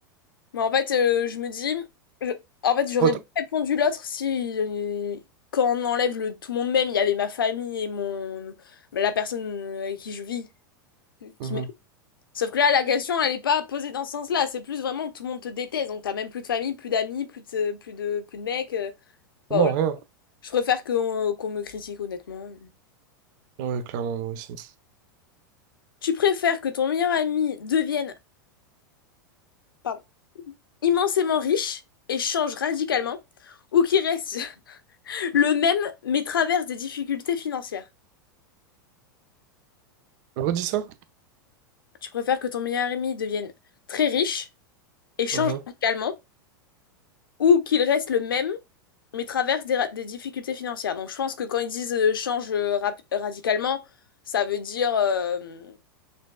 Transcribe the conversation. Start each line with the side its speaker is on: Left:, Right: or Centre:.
Left: Mais en fait, euh, je me dis, je- en fait, j'aurais
Right: Pas tout-
Left: répondu l'autre si, euh, quand on enlève le tout le monde même, il y avait ma famille et mon la personne euh, avec qui je vis.
Right: Mhm.
Left: Qui m'aime. Sauf que là, la question, elle n'est pas posée dans ce sens-là. C'est plus vraiment tout le monde te déteste. Donc, t'as même plus de famille, plus d'amis, plus de, plus de, plus de mecs. euh. Bah,
Right: Vraiment
Left: voilà.
Right: rien.
Left: Je préfère qu'on qu'on me critique, honnêtement.
Right: Ouais, clairement, moi aussi.
Left: Tu préfères que ton meilleur ami devienne, pardon, immensément riche et change radicalement ou qu'il reste Le même, mais traverse des difficultés financières.
Right: Redis ça?
Left: Tu préfères que ton meilleur ami devienne très riche et change
Right: Mhm.
Left: radicalement, ou qu'il reste le même, mais traverse des, ra- des difficultés financières. Donc je pense que quand ils disent euh, change euh, rap- radicalement, ça veut dire euh,